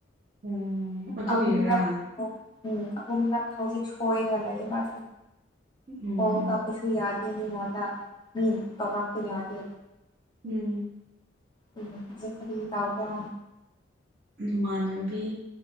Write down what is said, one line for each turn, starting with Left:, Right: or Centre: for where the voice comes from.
Right: ꯎꯝ ꯑꯗꯨꯒꯤꯔꯥ
Left: ꯑꯍꯨꯝꯔꯛ ꯎꯝ ꯑꯍꯨꯝꯔꯛ ꯍꯧꯖꯤꯛ ꯁꯣꯏꯔꯒ ꯂꯩꯌꯦ ꯃꯥ
Right: ꯎꯝ
Left: ꯀꯣꯜ ꯇꯧꯕꯁꯨ ꯌꯗꯦ ꯃꯤꯉꯣꯟꯗ ꯃꯤꯅ ꯇꯧꯔꯛꯄ ꯌꯗꯦ
Right: ꯎꯝ
Left: ꯎꯝ ꯍꯧꯖꯤꯛ ꯀꯔꯤ ꯇꯧꯕ꯭ꯔ
Right: ꯅꯃꯥꯟꯅꯕꯤ